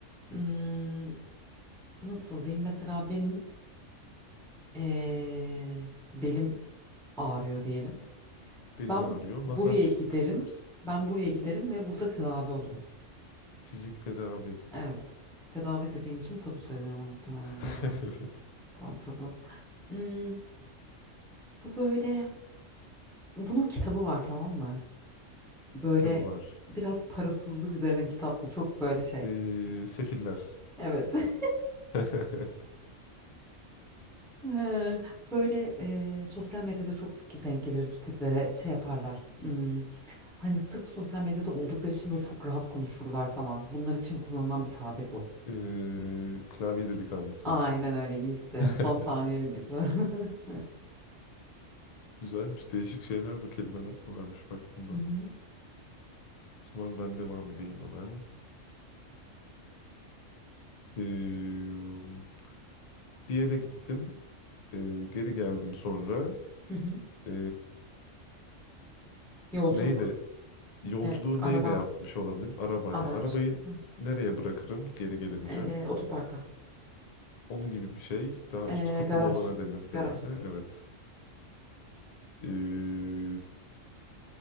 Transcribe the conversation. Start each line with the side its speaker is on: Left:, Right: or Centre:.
Centre: hmm, nasıl diyeyim? Mesela benim Ee, belim ağrıyor diyelim.
Left: Belin
Centre: Ben
Left: ağrıyor. Masaj
Centre: buraya giderim.
Left: yaptırırız.
Centre: Ben buraya giderim ve burada tedavi olurum.
Left: Fizik tedavi.
Centre: Evet. Tedavi dediğim için tabu sayılıyor ama muhtemelen
Left: <laughs>
Centre: ya.
Left: Evet.
Centre: Tamam tabu. Hmm, bu böyle bunun kitabı var tamam mı? Böyle
Left: Kitabı var.
Centre: biraz parasızlık üzerine bir kitap bu. Çok böyle şey.
Left: Ee, sefiller.
Centre: Evet. <laughs>
Left: <laughs>
Centre: Ee, böyle e, sosyal medyada çok denk geliriz bu tiplere şey yaparlar. Hmm, hani sırf sosyal medyada oldukları için böyle çok rahat konuşurlar falan. Bunlar için kullanılan bir tabir bu.
Left: Ee, klavye delikanlısı.
Centre: Aynen öyle iyisin.
Left: <laughs>
Centre: Son saniye bildik mi? <laughs>
Left: Güzelmiş. Değişik şeyler de kelimeler de varmış bak bunda.
Centre: Hı
Left: O
Centre: hı,
Left: zaman ben devam edeyim hemen. Ee, Bir yere gittim. e, geri geldim sonra.
Centre: hı hı.
Left: E,
Centre: Yolculuk,
Left: neyle? Yolculuğu
Centre: e, araba,
Left: neyle yapmış olabilirim? Arabayla.
Centre: araç,
Left: Arabayı
Centre: Hı.
Left: nereye bırakırım geri gelince?
Centre: e, otoparka,
Left: Onun gibi bir şey. Daha üstü
Centre: e,
Left: kapalı
Centre: garaj,
Left: olana denir
Centre: garaj,
Left: genelde. Evet. E,